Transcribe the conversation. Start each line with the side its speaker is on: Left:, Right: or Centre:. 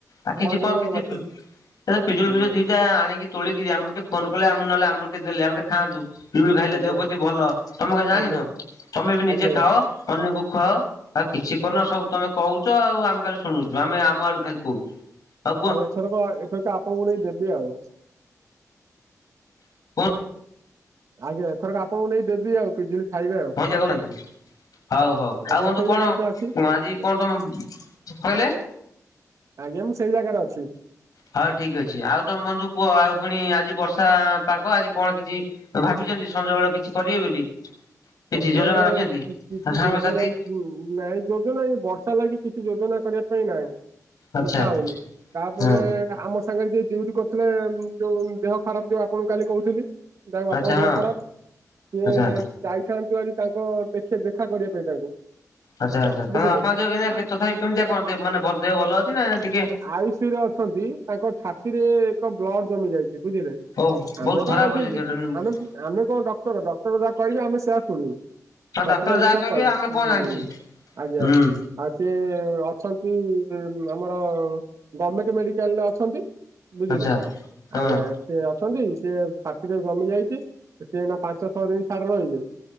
Left: ଆ କିଛି
Right: ବଡ଼
Left: କଣ
Right: ଜେଜେଙ୍କ
Left: କିଛି
Right: ଗଛରେ
Left: ପି ତେବେ ପିଜୁଳି
Right: ଆଜ୍ଞା
Left: ଫିଜୁଳି ଦିଟା ଆଣିକି ତୋଳିକି ଆମକୁ ଟିକେ ଫୋନ୍ କଲେ ଆମୁ ନହେଲେ ଆମକୁ ଟିକେ ଦେଲେ ଆମେ ଟିକେ ଖାଆନ୍ତୁ। ପିଜୁଳି ଖାଇଲେ
Right: ଆଜ୍ଞା
Left: ଦେହ ପତି ଭଲ ତମେ କଁ ଜାଣିନ
Right: ଆଜ୍ଞା
Left: ତମେ ବି ନିଜେ
Right: ଆଜ୍ଞା
Left: ଖାଅ ଅନ୍ୟକୁ ଖୁଆଅ ଆଉ କିଛି କରୁନ ସବୁ ତମେ କହୁଛ ଆଉ ଆମେ ଖାଲି ଶୁଣୁଛୁ ଆମେ ଆମ ଆଡ଼ୁ ଖାଲି କହୁଛୁ। ଆଉ
Right: ହଉ ଏଥରକ ଏଥର ତ ଆପଣଙ୍କୁ ନେଇ ଦେବି ଆଉ।
Left: <unintelligible>
Right: ଆଜ୍ଞା ଏଥରକ ଆପଣଙ୍କୁ ନେଇ ଦେବି ଆଉ ପିଜୁଳି ଖାଇବେ ଆଉ
Left: <unintelligible> ହଉ ହଉ
Right: ଆଜ୍ଞା
Left: ଆଉ ବନ୍ଧୁ
Right: ସେଇ
Left: କଣ
Right: ଜାଗାରେ ତ ଅଛି
Left: ଆଜି କଣ ତମ କହିଲେ?
Right: ଆଜ୍ଞା ମୁଁ ସେଇ ଜାଗାରେ ଅଛି।
Left: ହଉ ଠିକ ଅଛି ଆଉ ତମେ ବନ୍ଧୁ କୁହ ଆଉ ପୁଣି ଆଜି ବର୍ଷା ପାଗ ଆଜି କଣ କିଛି ଭାବିଛନ୍ତି ସଞ୍ଜବେଳେ କିଛି କରିବେ ବୋଲି? କିଛି
Right: ସନ୍ଧ୍ୟା
Left: ଯୋଜନା
Right: ବେଳେ
Left: ରଖିଛନ୍ତି
Right: କି-କିଛି
Left: ସାଙ୍ଗସାଥି
Right: ଯୋଜନା <unintelligible> ନାଇଁ ଯୋଜନା ଏଇ ବର୍ଷା ଲାଗି କିଛି ଯୋଜନା କରିବା ପାଇଁ ନାହିଁ।
Left: ଆଚ୍ଛା
Right: ଇଚ୍ଛା ହୋଉନି ତାପରେ
Left: ହଁ
Right: ଆମ ସାଙ୍ଗରେ ଯିଏ ଡିଉଟି କର୍ ଥିଲେ ଯୋଉ ଦେହ ଖରାପ ଯୋଉ ଆପଣଙ୍କୁ କାଲି କହୁଥିଲି। ତାଙ୍କ ବାପାଙ୍କ
Left: ଆଚ୍ଛା ହଁ
Right: ଦେହ ଖରାପ ସିଏ
Left: ଆଚ୍ଛା
Right: ଯାଇଥାନ୍ତୁ ଆଜି ତାଙ୍କ ଦେଖେ ଦେଖା କରିବା ପାଇଁ ତାଙ୍କୁ।
Left: ଆଚ୍ଛା ଆଚ୍ଛା ତାଙ୍କ
Right: ବୁଝିଲେ।
Left: ବାପାଙ୍କ ଦେହ କେନ୍ତିଆ କେତ
Right: ଆ
Left: ଖାଲି କେମିତିଆ କଣ <unintelligible> ମାନେ ଭ ଦେହ ଭଲ ଅଛି ନା <unintelligible> ଟିକେ
Right: ଆଇଶୁ ଅ ଛନ୍ତି ତାଙ୍କ ଛାତିରେ ଏକ ବ୍ଲଡ ଜମି ଯାଇଛି ବୁଝିଲେ?
Left: ହଉ ବହୁତ
Right: ଆମେ
Left: ଖରାପ
Right: ତ ସେ
Left: ଅଛି ଦେହଟା ନା
Right: ଆମେ ଆମେ କଣ ଡକ୍ଟର ଡକ୍ଟର ଯାହା କହିବେ ଆମେ ସେଆ ଶୁଣିବୁ। ଡକ୍ଟର
Left: ଡାକ୍ତର
Right: ଏଇ
Left: ଯାହା
Right: କଥା
Left: କହିବେ
Right: କହି
Left: ଆମେ କଣ
Right: ହୁଁ
Left: ଜାଣିଛେ
Right: ଆଜ୍ଞା।
Left: ହୁଁ
Right: ଆଉ ସିଏ ଅଛନ୍ତି ଆମର ଗମେଣ୍ଟ ମେଡ଼ିକାଲରେ ଅଛନ୍ତି। ବୁଝିଲେ,
Left: ଆଚ୍ଛା ହଁ
Right: ଆଜ୍ଞା ସେ ଅଛନ୍ତି ସିଏ ଛାତିରେ ଜମି ଯାଇଚି। ସେ ଏଇନା ପାଞ୍ଚ ଛଅ ଦିନ ସେଆଡ଼େ ରହିବେ।